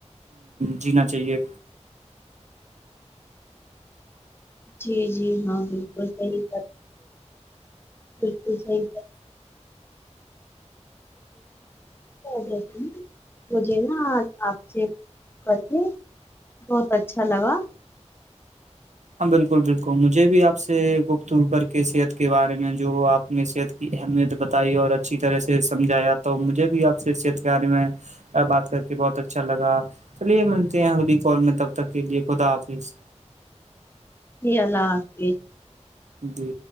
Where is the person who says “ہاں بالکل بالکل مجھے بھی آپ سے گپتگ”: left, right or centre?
Right